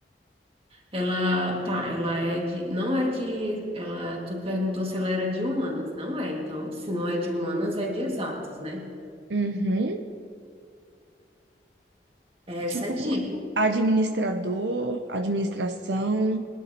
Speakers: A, on the right; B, on the right.
A: ela tá, ela é de, não é de, ela, tu perguntou se ela era de humanas, não é? Então, se não é de humanas, é de exatas, né?
B: Uhum.
A: Essa
B: Tipo,
A: é de,
B: administrador, administração,